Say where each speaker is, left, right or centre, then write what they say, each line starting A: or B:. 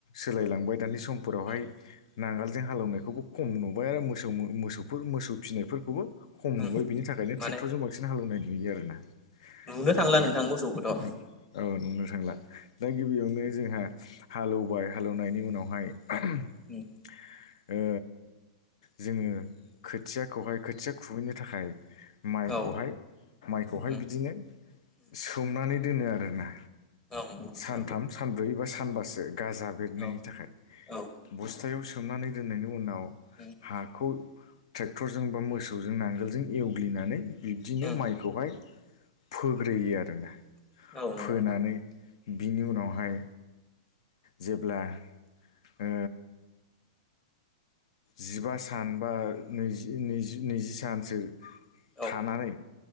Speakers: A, on the left; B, on the left.
A: सोलायलांबाय दानि समफोरावहाय
B: उम
A: नांगोल जों हालौवनायखौबो खम नुबाय आरो मोसौ मोसौफोर मोसौ फिसिनायफोरखौबो खम नुबाय
B: उम
A: बिनि थाखायनो
B: माने
A: ट्रेक्टरजों बांसिन हालवनाय नुयो आरोना
B: नुनो
A: औ
B: थांला
A: दाय
B: नोंथां मोसौखौथ' औ
A: नो औ नुनो थांला दा गिबियावनो जोंहा हालौवबाय हालौवनायनि उनावहाय <unintelligible>
B: उम
A: ओ जोङो खोथियाखौहाय खोथिया खुबैनो थाखाय माइखौहाय
B: औ
A: माइखौहाय
B: उम
A: बिदिनो सोमनानै दोनो आरोना
B: औ नंगौ नोंथां
A: सानथाम सानब्रै बा सानबासो गाजा बेरनायनि
B: औ
A: थाखाय
B: औ
A: बस्थायाव सोमनानै दोननायनि उनाव
B: उम
A: हाखौ ट्रेक्टरजों बा मोसौजों नांगोलजों एवग्लिनानै बिब्दिनो
B: उम
A: माइखौहाय फोग्रोयो आरोना
B: औ नंगौ
A: फोनानै
B: नोंथां
A: बिनि उनावहाय जेब्ला ओ जिबा सान बा नैजि नैजि नैजि सानसो
B: औ
A: थानानै